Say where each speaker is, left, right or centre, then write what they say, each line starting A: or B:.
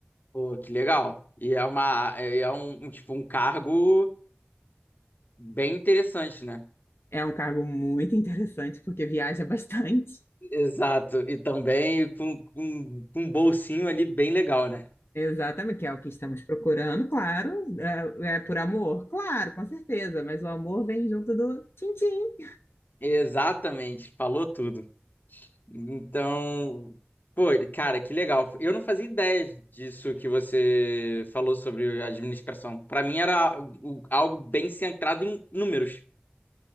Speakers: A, on the left (about 50°); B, on the left (about 75°).
A: Pô, que legal. E é uma é é um, um, tipo um cargo bem interessante, né?
B: É um cargo muito <laughs> interessante porque viaja bastante.
A: Exato. E também com, com, com um bolsinho ali bem legal, né?
B: Exatamente, que é o que estamos procurando, claro. É, é por amor, claro, com certeza, mas o amor vem junto do tchim-tchim.
A: Exatamente, falou tudo. Então, pô, cara, que legal. Eu não fazia ideia disso que você falou sobre administração. Pra mim era o- algo bem centrado em números.